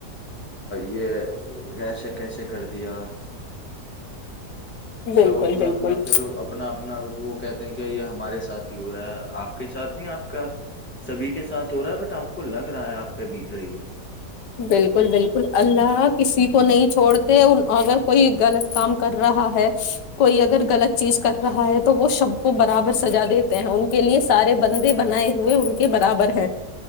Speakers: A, on the left; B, on the left.
A: یہ ایسے کیسے کر دیا
B: بالکل
A: سب اپنا
B: بالکل
A: اپنا پھر اپنا اپنا وہ کہتے ہیں کہ یہ ہمارے ساتھی ہی ہو رہا ہے آپ کے ساتھ نہیں آپ کا سبھی کے ساتھ ہو رہا ہے بٹ آپ کو لگ رہا ہے آپ پہ بیت رہی ہے
B: بالکل بالکل اللہ کسی کو نہیں چھوڑتے اگر کوئی غلط کام کر رہا ہے کوئی اگر غلط چیز کر رہا ہے تو وہ سب کو برابر سجا دیتے ہیں ان کے لیے سارے بندے بنائے ہوئے ان کے برابر ہیں